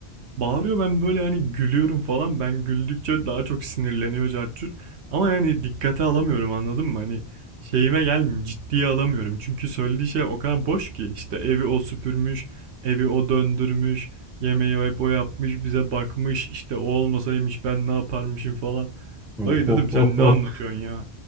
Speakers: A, on the right (about 80°); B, in the centre.
A: Bağırıyor ben böyle hani gülüyorum falan. Ben güldükçe daha çok sinirleniyor cartçut. Ama yani dikkate alamıyorum anladın mı? Hani şeyime gelmiyor ciddiye alamıyorum. Çünkü söylediği şey o kadar boş ki. işte evi o süpürmüş, evi o döndürmüş, yemeği o hep o yapmış, bize bakmış. işte o olmasaymış ben ne yaparmışım falan.
B: Oh,
A: Dayı
B: oh,
A: dedim sen
B: oh, oh.
A: ne anlatıyorsun ya?